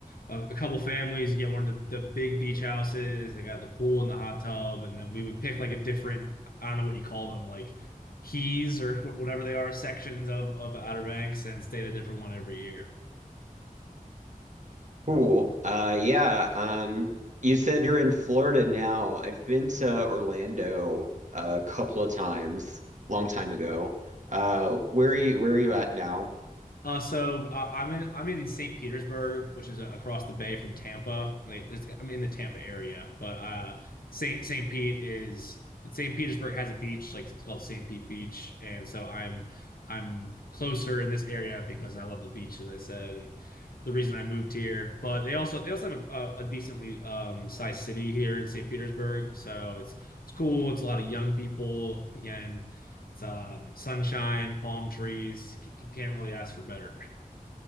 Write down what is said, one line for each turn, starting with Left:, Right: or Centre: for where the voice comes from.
Left: a, a couple families get one of the the big beach houses. They got the pool and the hot tub, and then we would pick like a different I don't know what you call them like keys or wh- whatever they are sections of of Outer Banks, and stay at a different one every year.
Right: cool. Uh, yeah. Um, you said you're in Florida now. I've been to Orlando a couple of times, long time ago. Uh, where are you, where are you at now?
Left: Uh, so uh, I'm in I'm in St. Petersburg, which is uh, across the bay from Tampa. Like, it's, I'm in the Tampa area, but uh, St. St. Pete is St. Petersburg has a beach, like it's called St. Pete Beach, and so I'm I'm closer in this area because I love the beach, as I said, and the reason I moved here. But they also they also have a, a, a decently um, sized city here in St. Petersburg, so it's it's cool. It's a lot of young people again, it's um, sunshine, palm trees. C- can't really ask for better.